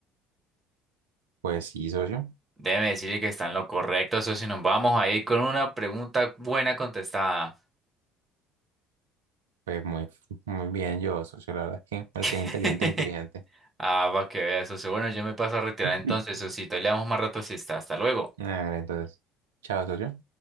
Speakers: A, on the right; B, on the right.
A: Pues sí, socio.
B: Déjeme decirle que está en lo correcto, socio. Nos vamos a ir con una pregunta buena contestada.
A: Pues muy, muy bien yo, socio. La verdad es que el
B: <laughs>
A: que es inteligente, inteligente.
B: Ah, para que vea, socio. Bueno, yo me paso a retirar
A: <laughs>
B: entonces, socio. Le damos más rato si está. Hasta luego.
A: A ver, entonces. Chao, socio.